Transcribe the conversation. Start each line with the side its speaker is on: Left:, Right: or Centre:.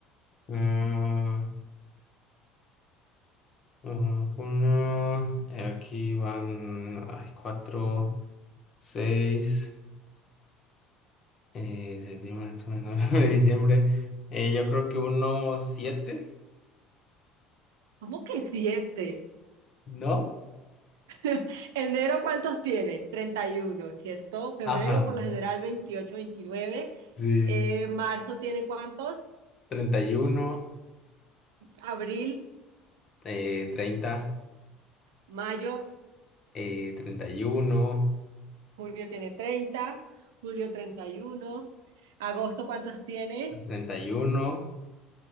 Left: Mm, mm, uno, eh, aquí van ay, cuatro, seis, eh, septiembre, octubre, noviembre, <laughs> diciembre. Eh, yo creo que uno, siete,
Right: ¿Cómo que siete?
Left: ¿no?
Right: <laughs> Enero, ¿cuántos tiene? 31, ¿cierto? Febrero,
Left: Ajá,
Right: por lo general, veintiocho, veintinueve.
Left: sí.
Right: Eh, marzo tiene cuántos?
Left: Treinta y uno,
Right: Abril,
Left: eh, treinta,
Right: mayo,
Left: eh, treinta y uno,
Right: junio tiene 30, julio 31, Agosto, ¿cuántos tiene?
Left: treinta y uno.